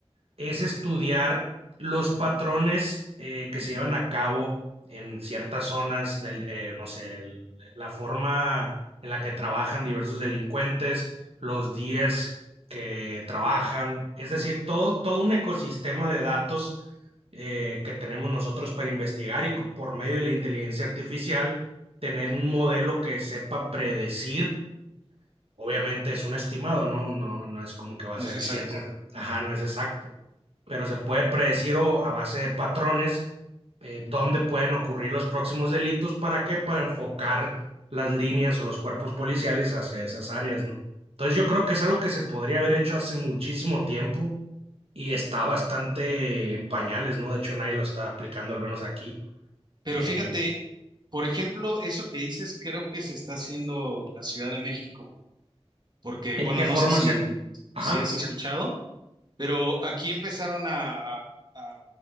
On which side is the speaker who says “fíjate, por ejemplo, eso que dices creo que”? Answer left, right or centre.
Right